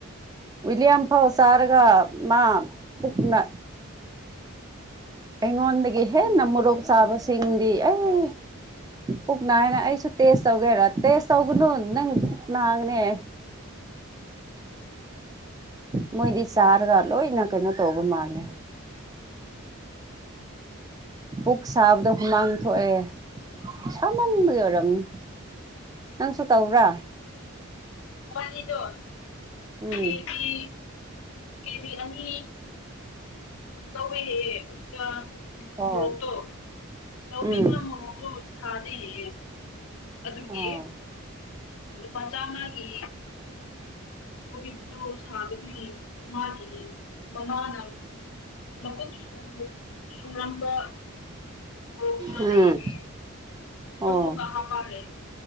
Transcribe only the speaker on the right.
ꯋꯤꯂꯤꯌꯝ ꯐꯥꯎꯁ ꯇꯔꯒ ꯃꯥ ꯄꯨꯅ ꯑꯩꯉꯣꯟꯗꯒꯤ ꯍꯦꯟꯅ ꯃꯣꯔꯣꯛ ꯆꯥꯕꯁꯤꯡꯗꯤ ꯑꯩ ꯄꯨꯛ ꯅꯥ ꯍꯥꯏꯅ ꯑꯩꯁꯨ ꯇꯦꯁ ꯇꯧꯒꯦꯔ ꯇꯦꯁ ꯇꯧꯒꯅꯨ ꯅꯪ ꯄꯨꯛ ꯒꯅꯦ ꯃꯣꯏꯣꯏꯗꯤ ꯆꯔꯒ ꯂꯣ ꯏꯅꯥ ꯀꯩꯅꯣ ꯇꯧꯕ ꯃꯥꯂꯦ ꯄꯨꯛ ꯁꯥꯕꯗ ꯍꯨꯃꯥꯡ ꯊꯣꯛꯑꯦ ꯁꯥꯃꯟꯕꯒꯤ ꯑꯣꯏꯔꯝꯅꯤ ꯅꯪꯁꯨ ꯇꯧꯕ꯭ꯔꯥ
ꯎꯝ
ꯑꯣ
ꯎꯝ
ꯑꯣ
ꯎꯝ
ꯑꯣ